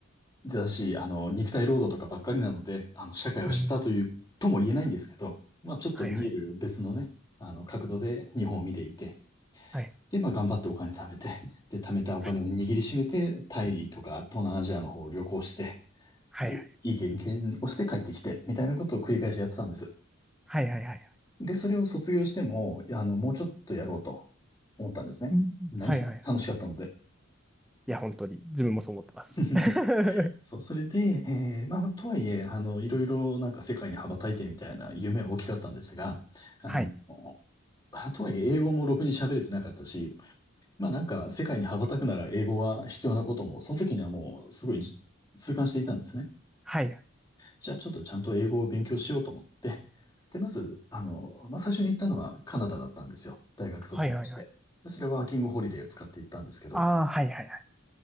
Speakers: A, on the left; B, in the centre.
A: だし、あの、肉体労働とかばっかりなので、あの、社会を知ったという、
B: うん。
A: とも言えないんですけど、まあ、ちょっと見える別のね、
B: はいはい。
A: あの、角度で日本を見ていて、
B: はい。
A: で、まあ、頑張ってお金貯めて、で、貯めたお金を握りしめて、
B: は
A: タイとか東南アジアの方を旅行して、
B: いはい。
A: で、いい経験をして帰ってきて、みたいなことを繰り返しやってたんです。
B: はいはいはいはい。
A: で、それを卒業しても、あの、もうちょっとやろうと思ったんですね。
B: うん。
A: 何せ楽しかったので。
B: はいはいはい。いや、本当に、自分もそう思ってます。
A: <laughs>
B: <laughs> は
A: そう、それで、えーまあ、まあとはいえ、あの、いろいろなんか世界に羽ばたいてみたいな夢は大きかったんですが、あの、
B: い。
A: あとはいえ英語もろくに喋れてなかったし、まあなんか世界に羽ばたくなら英語は必要なことも、その時にはもうすごいじ痛感していたんですね。
B: はいはい。
A: じゃあちょっとちゃんと英語を勉強しようと思って、で、まず、あの、まあ最初に行ったのはカナダだったんですよ。大学卒業して。
B: はいはいはい。
A: で、それはワーキングホリデーを使って行ったんですけど、
B: ああ、はいはいはい。